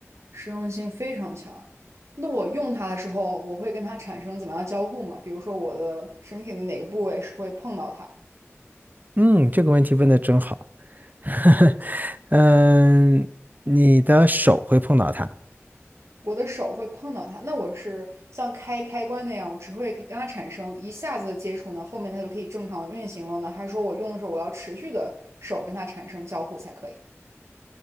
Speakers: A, on the right; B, on the right.
A: 实用性非常强。那我用它的时候，我会跟它产生怎么样的交互吗？比如说，我的身体的哪个部位是会碰到它？
B: 嗯，这个问题问的真好。<laughs> 嗯，你的手会碰到它
A: 我的手会碰到它。那我是像开开关那样，我只会跟它产生一下子的接触呢，后面它就可以正常的运行了呢？还是说我用的时候我要持续的手跟它产生交互才可以？